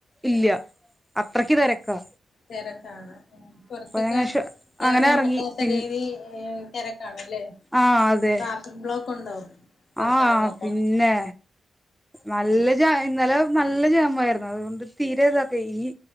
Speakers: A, in the centre; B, on the left.
A: ഇല്ല അത്രക്ക് തെരക്കാ
B: തെരക്കാണ് ഉം പുറത്തൊക്കെ
A: ഞങ്ങ അങ്ങനെ
B: എറങ്ങാൻ
A: ഇറങ്ങി
B: പറ്റാത്ത
A: പിൻ
B: രീതില് തെരക്കാണല്ലേ
A: ആഹ് അതെ
B: ട്രാഫിക് ബ്ലോക്ക് ഉണ്ടോ പുറത്തിറങ്ങിയപ്പോ
A: ആഹ് ആഹ് പിന്നെ, നല്ല
B: ഉം
A: ജാ ഇന്നലെ നല്ല ജാമായിര്ന്നു അതുകൊണ്ട് തീരെ ഇതാക്കേയ് ഈ